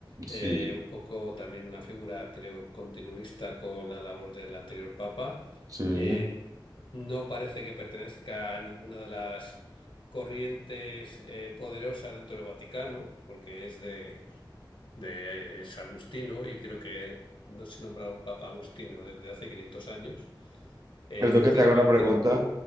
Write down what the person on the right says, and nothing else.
sí.
sí.
Perdón
que te haga una pregunta.